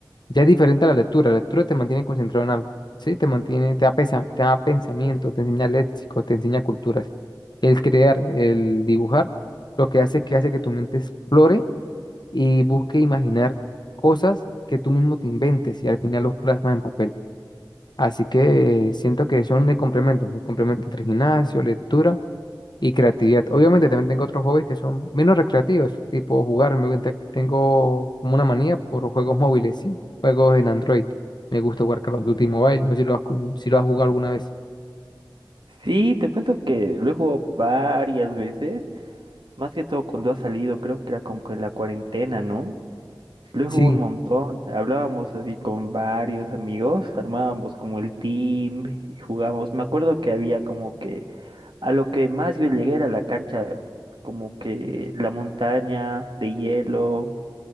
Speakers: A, on the left; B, on the right.
A: ya es diferente a la lectura. La lectura te mantiene concentrado en algo, ¿sí? Te mantiene, te da, pesa- te da pensamiento, te enseña léxico, te enseña culturas. El crear, el dibujar, lo que hace es que hace que tu mente explore y busque imaginar cosas que tú mismo te inventes y al final los plasmas en papel. Así que eh, siento que son el complemento, el complemento entre gimnasio, lectura y creatividad. Obviamente también tengo otros hobbies que son menos recreativos, tipo jugar. Me gusta, tengo como una manía por juegos móviles, sí, juegos en Android. Me gusta jugar Call of Duty Mobile, no sé si lo has, cu- si lo has jugado alguna vez.
B: Sí, te cuento que lo he jugado varias veces, más que todo cuando ha salido, creo que era como que en la cuarentena, ¿no? Lo he
A: Sí,
B: jugado un montón, hablábamos así con varios amigos, armábamos como el team y jugábamos. Me acuerdo que había como que a lo que más yo llegué era la cancha, como que la montaña de hielo,